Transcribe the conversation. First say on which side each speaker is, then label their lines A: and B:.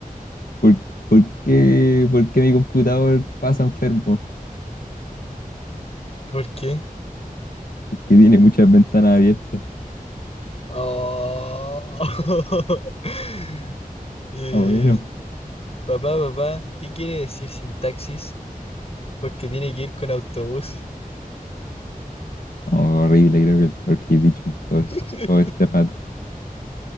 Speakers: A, on the left; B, on the left.
A: ¿por, por qué, por qué mi computador pasa enfermo?
B: ¿Por qué?
A: Porque tiene muchas ventanas abiertas.
B: Oh. <laughs> Eh,
A: Ah, bueno.
B: papá, papá, ¿qué quiere decir sin taxis? Pues que tiene que ir con autobús.
A: Oh, horrible, creo que el peor que he dicho en todo,
B: <laughs>
A: todo este rato.